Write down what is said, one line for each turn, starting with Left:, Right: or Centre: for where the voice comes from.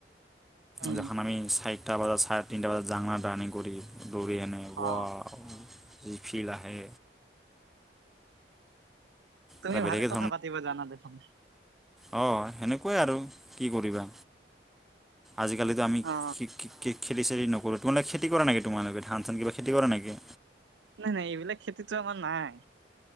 Right: উম
Centre: যখন আমি চাৰিটা বজাত, চাৰে তিনিটা বজাত জাং না ৰানিং কৰি দৌৰি এনে। ৱাও
Right: অ
Centre: যি ফিল আহে।
Right: তুমি
Centre: এটা বেলেগেই
Right: ভালে কথা পাতিব জানা দেখোন।
Centre: অ এনেকুৱাই আৰু কি কৰিবা, আজিকালিতো আমি
Right: অ
Centre: শিক কি খেতি চেতি নকৰোঁ তোমালোকে খেতি কৰা নেকি তোমালোকে ধন চান কিবা খেতি কৰা নেকি।
Right: নাই নাই এইবিলাক খেতিটো আমাৰ নাই।